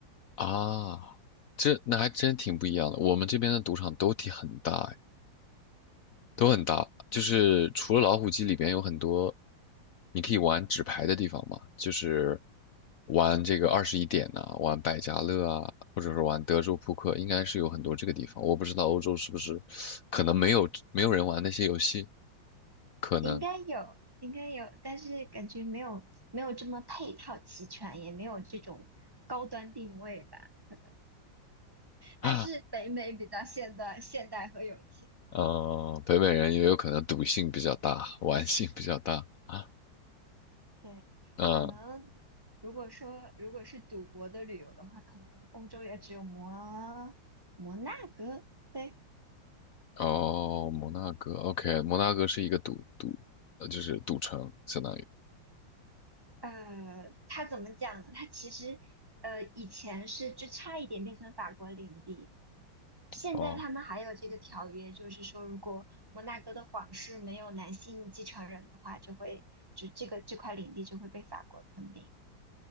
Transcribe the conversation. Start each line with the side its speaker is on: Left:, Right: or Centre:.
Left: 啊，这那还真挺不一样的。我们这边的赌场都挺很大，哎，都很大。就是除了老虎机里边有很多你可以玩纸牌的地方嘛，就是玩这个二十一点呐、玩百家乐啊，或者是玩德州扑克，应该是有很多这个地方。我不知道欧洲是不是可能没有没有人玩那些游戏，可能。
Right: 应该有，应该有，但是感觉没有没有这么配套齐全，也没有这种高端定位吧，可能还是北美比较现代、
Left: 啊。
Right: 现代和有钱。
Left: 呃，北美人也有可能赌性比较大，玩性比较大。啊。
Right: 对，
Left: 嗯，
Right: 可能如果说如果是赌博的旅游的话，可能欧洲也只有摩摩纳哥。对，
Left: 哦，摩纳哥，OK，摩纳哥是一个赌赌，呃，就是赌城，相当于。
Right: 呃，它怎么讲呢？它其实呃以前是就差一点变成法国领地，现在他们还有这个条约，
Left: 哦
Right: 就是说，如果摩纳哥的皇室没有男性继承人的话，就会就这个这块领地就会被法国吞并。